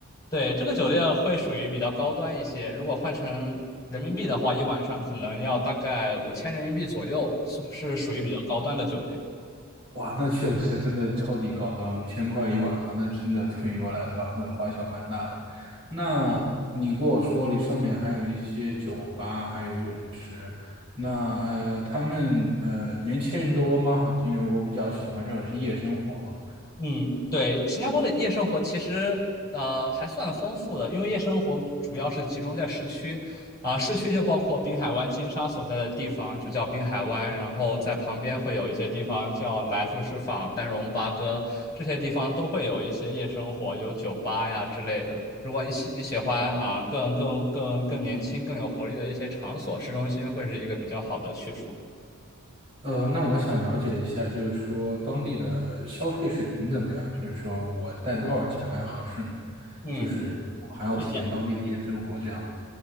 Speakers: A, on the left; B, on the right.
A: 对，这个酒店会属于比较高端一些。如果换成人民币的话，一晚上可能要大概五千人民币左右，是是属于比较高端的酒店。
B: 哇，那确实真的超级高端，五千块一晚上，那真的对于我来说还是花销蛮大的。那你跟我说你上面还有一些酒吧，还有泳池，那呃，他们呃年轻人多吗？因为我比较喜欢这种是夜生活嘛。
A: 嗯，对，新加坡的夜生活其实呃还算丰富的，因为夜生活主要是集中在市区，啊、市区就包括滨海湾金沙所在的地方，就叫滨海湾，然后在旁边会有一些地方叫来福士坊、丹戎巴哥，这些地方都会有一些夜生活，有酒吧呀之类的。如果你喜你喜欢啊更更更更年轻、更有活力的一些场所，市中心会是一个比较好的去处。
B: 呃，那我想了解一下，就是说当地的消费水平怎么样？就是说我带多少钱来合适呢？
A: 嗯，
B: 就是我还要体验当地的夜生活这样子。
A: 是的。